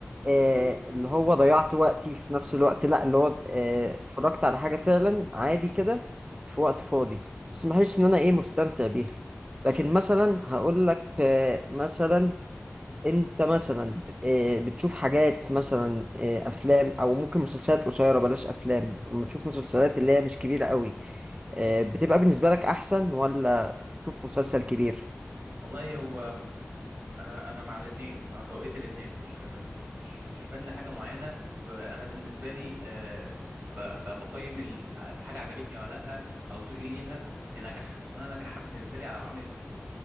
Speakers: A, on the right; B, on the right.
A: آه، اللي هو ضيعت وقتي في نفس الوقت لا اللي هو آه، اتفرجت على حاجة فعلا عادي كده في وقت فاضي بس ما بحسش ان انا ايه مستمتع بيها لكن
B: مم.
A: مثلا هقول لك آه، مثلا انت مثلا آه، بتشوف حاجات مثلا آه، افلام او ممكن مسلسلات قصيره بلاش افلام لما تشوف مسلسلات اللي هي مش كبيره قوي آه، بتبقى بالنسبه لك احسن ولا شوف مسلسل كبير
B: والله هو م- م- انا انا مع الاثنين مع ذوقية الاثنين مش مش مش فن لحاجه معينه ب- انا بالنسبه لي آه، ب- ب- بقيم الحاجه عجبتني ولا لا او ذوقي ليها لنجاحها وانا نجاحها بالنسبه لي على عوامل